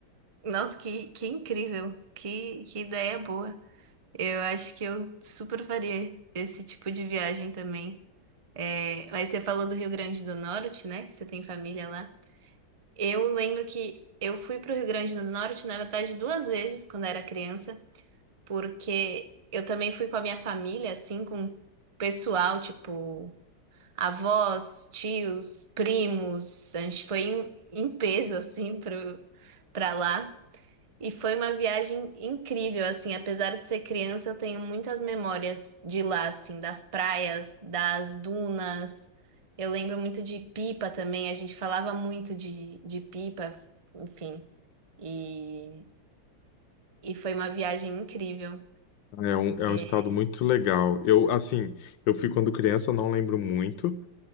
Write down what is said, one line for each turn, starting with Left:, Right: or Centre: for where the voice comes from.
Right: Nossa, que, que incrível! Que, que ideia boa! Eu acho que eu super faria esse tipo de viagem também. É, mas você falou do Rio Grande do Norte, né? Você tem família lá. Eu lembro que eu fui para o Rio Grande do Norte, na verdade, duas vezes quando era criança. porque eu também fui com a minha família, assim, com o pessoal, tipo, avós, tios, primos. A gente foi em, em peso, assim, pro, pra lá. E foi uma viagem incrível, assim, apesar de ser criança, eu tenho muitas memórias de lá, assim, das praias, das dunas. Eu lembro muito de pipa também, a gente falava muito de, de pipa, enfim. E, e foi uma viagem incrível.
Left: É um, é
Right: É,
Left: um estado muito legal. Eu, assim, eu fui quando criança, eu não lembro muito,